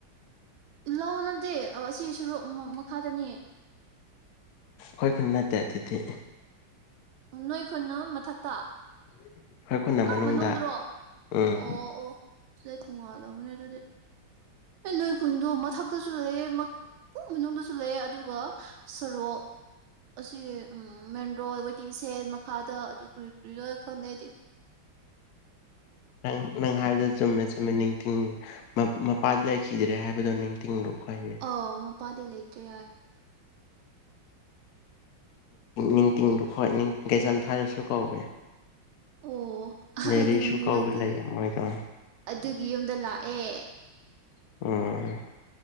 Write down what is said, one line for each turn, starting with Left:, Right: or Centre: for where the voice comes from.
Right: ꯂꯅꯗꯦ ꯑꯁꯤ ꯁꯣꯔꯨ ꯃꯈꯥꯗꯅꯤ
Left: ꯑꯩꯏ ꯈꯨꯟ ꯅꯠꯇꯦ ꯑꯗꯨꯗꯤ
Right: ꯅꯣꯏ ꯈꯨꯅ ꯃꯊꯛꯇ
Left: <unintelligible> ꯃꯅꯨꯡꯗ
Right: ꯑ ꯃꯅꯨꯡꯗ꯭ꯔꯣ
Left: ꯎꯝ
Right: ꯑꯣ ꯑꯣ ꯁꯤꯗꯤ ꯊꯣꯡꯉꯥꯗꯕꯅꯦ ꯑꯗꯨꯗꯤ ꯑꯦ ꯅꯣꯏ ꯈꯨꯨꯟꯗꯣ ꯃꯊꯛꯇꯁꯨ ꯂꯩꯑ ꯃꯅꯨꯡꯗꯁꯨ ꯂꯩꯑꯦ ꯑꯗꯨꯒ ꯁꯣꯔꯣꯛ ꯑꯁꯤ ꯃꯦꯟ ꯔꯣ ꯋꯩꯇꯤꯡ ꯁꯦꯟ ꯃꯈꯥꯗ ꯑꯗꯨ ꯀꯨꯔꯤꯏ ꯀꯨꯔꯤ ꯂꯣꯏ ꯈꯪꯗꯦ ꯑꯩꯗꯤ
Left: ꯅꯪ ꯅꯪ ꯍꯥꯏꯕꯗ ꯆꯨꯝꯃꯦ ꯆꯨꯝꯃꯦ ꯅꯤꯡꯊꯤ ꯃꯄꯥꯗꯤ ꯂꯩꯈꯤꯗ꯭ꯔꯦ ꯍꯥꯏꯕꯗꯣ ꯅꯤꯡꯇꯤꯡꯗꯨ ꯈꯣꯏꯅꯦ
Right: ꯑꯣ ꯃꯣꯄꯥꯥꯗ ꯂꯩ ꯇ꯭ꯔꯦ
Left: ꯅꯤꯡꯇꯤꯡꯗꯨ ꯍꯣꯏ ꯀꯩꯆꯝ ꯊꯥꯏꯅꯁꯨ ꯀꯧꯋꯦ
Right: ꯑꯣ ꯑꯩꯗꯤ
Left: ꯃꯦꯔꯤꯁꯨ
Right: ꯃꯃꯤꯡ
Left: ꯀꯧꯕ
Right: ꯈꯪꯗꯦ
Left: ꯂꯩꯌꯦ ꯃꯣꯏꯗꯣ
Right: ꯑꯗꯨꯒꯤ ꯌꯨꯝꯗ ꯂꯥꯛꯑꯦ
Left: ꯎꯝ